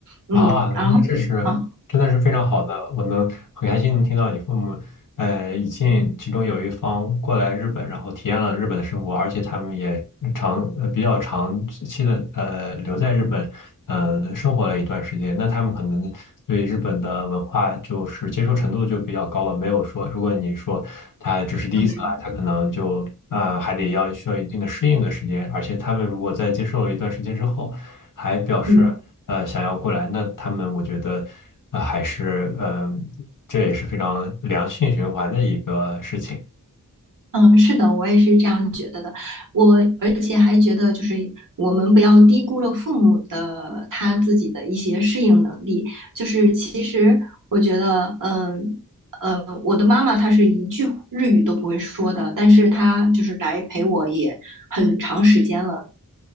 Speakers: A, on the right (about 60°); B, on the left (about 60°).
A: 嗯，
B: 啊，
A: 然后啊，
B: 那这是真的是非常好的，我能很开心能听到你父母，呃，已经其中有一方过来日本，然后体验了日本的生活，而且他们也长呃比较长期的呃留在日本，呃生活了一段时间，那他们可能对日本的文化就是接受程度就比较高了，没有说如果你说他只是第一次来，
A: 对，
B: 他可能就呃还得要需要一定的适应的时间，而且他们如果在接受了一段时间之后。还表示呃想要过来，
A: 嗯。
B: 那他们我觉得呃还是嗯、呃这也是非常良性循环的一个事情。
A: 嗯，是的，我也是这样觉得的。我而且还觉得，就是我们不要低估了父母的他自己的一些适应能力。就是其实我觉得，嗯呃，我的妈妈她是一句日语都不会说的，但是她就是来陪我也很长时间了。